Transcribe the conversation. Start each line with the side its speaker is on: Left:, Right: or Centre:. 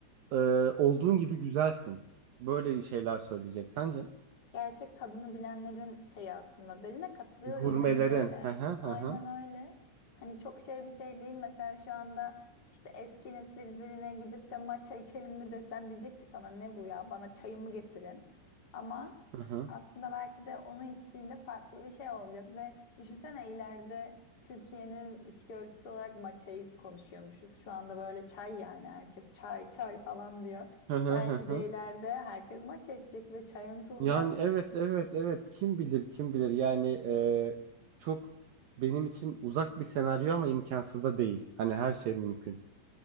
Right: e, olduğun gibi güzelsin. Böyle şeyler söyleyecek sence?
Left: Gerçek tadını bilenlerin şeyi aslında. Dediğine katılıyorum.
Right: Gurmelerin.
Left: Hani böyle
Right: Hı hı hı
Left: aynen
Right: hı.
Left: öyle. Hani çok şey bir şey değil. Mesela şu anda işte eski nesil birine gidip de matcha içelim mi desen diyecek ki sana ne bu ya? Bana çayımı getirin. Ama
Right: Hı hı
Left: aslında belki de onu içtiğinde farklı bir şey olacak ve düşünsene ileride Türkiye'nin bitki örtüsü olarak matcha'yı konuşuyormuşuz. Şu anda böyle çay yani herkes çay çay falan diyor.
Right: hı hı
Left: Belki
Right: hı
Left: de
Right: hı.
Left: ileride herkes maç içecek ve çay unutulacak.
Right: Yani evet evet evet kim bilir kim bilir yani e, çok benim için uzak bir senaryo ama imkansız da değil. Hani her şey mümkün.